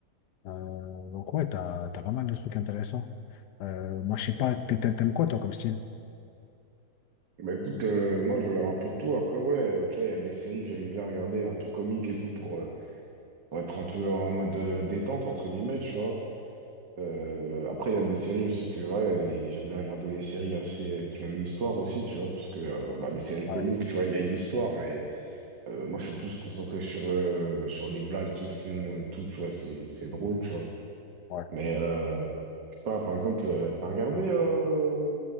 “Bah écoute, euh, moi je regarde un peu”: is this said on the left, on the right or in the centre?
Right